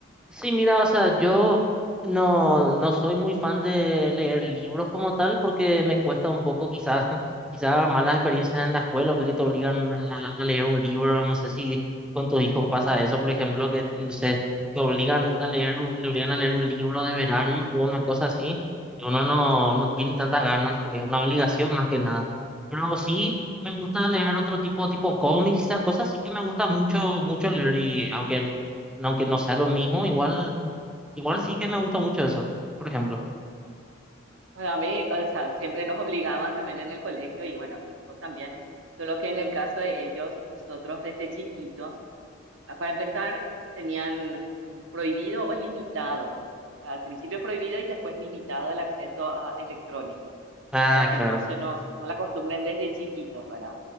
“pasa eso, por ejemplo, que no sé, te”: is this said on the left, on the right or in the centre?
Centre